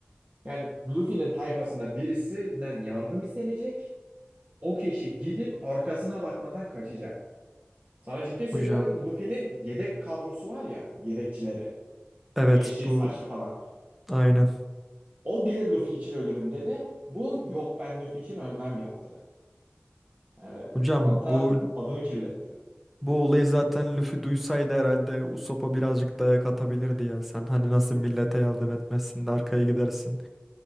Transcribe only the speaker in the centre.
Hocam
evet
bu
aynen.
Hocam
bu
bu olayı zaten Luffy duysaydı herhalde Usopp'a birazcık dayak atabilirdi ya. Sen hani nasıl millete yardım etmezsin de arkaya gidersin.